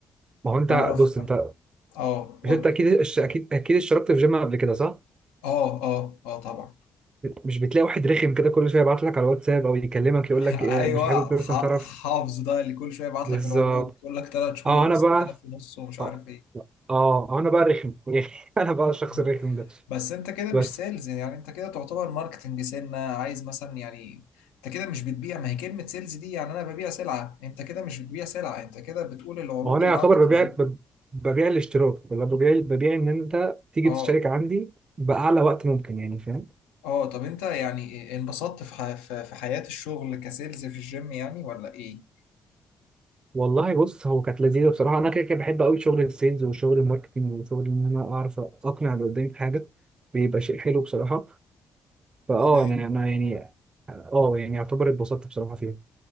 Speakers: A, on the right (about 35°); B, on the left (about 75°).
A: ما هو انت
B: انا اعرف
A: بص انت
B: اه
A: مش
B: قول
A: انت
B: لي
A: اكيد الش- اكيد اكيد اشتركت في جيم قبل كده صح؟
B: اه اه اه طبعا
A: مش بتلاقي واحد رخم كده كل شويه يبعت لك على الواتساب او يكلمك
B: <laughs>
A: يقول لك إيه،
B: ايوه
A: مش حابب مثلا
B: ح-
A: تعرف
B: حافظ ده اللي كل شويه يبعت
A: بالظبط
B: لك العروض يقول لك ثلاث شهور
A: اه
B: ب
A: انا
B: 6000
A: بقى
B: ونص ومش عارف
A: اه
B: ايه
A: اه انا بقى رخم <laughs> انا بقى الشخص
B: <laughs>
A: الرخم ده
B: بس انت كده
A: بس
B: مش سيلز يعني انت كده تعتبر ماركتنج سنه عايز مثلا يعني انت كده مش بتبيع ما هي كلمه سيلز دي يعني انا ببيع سلعه انت كده مش بتبيع سلعه انت كده بتقول العروض
A: ما هو انا
B: اللي
A: يعتبر
B: عندك في
A: ببيعك
B: الجيم
A: بب- ببيع الاشتراك ولا ببيع ببيع ان انت تيجي
B: اه
A: تشترك عندي باعلى وقت ممكن يعني فاهم
B: اه طب انت يعني انبسطت في ح- في في حياه الشغل كسيلز في الجيم يعني ولا ايه؟
A: والله بص هو كانت لذيذه بصراحه انا كده كده بحب قوي شغل السيلز وشغل الماركتنج وشغل ان انا اعرف اقنع اللي قدامي بحاجه بيبقى شيء حلو بصراحه فاه
B: تمام
A: انا انا يعني اه يعني يعتبر اتبسطت بصراحه فيها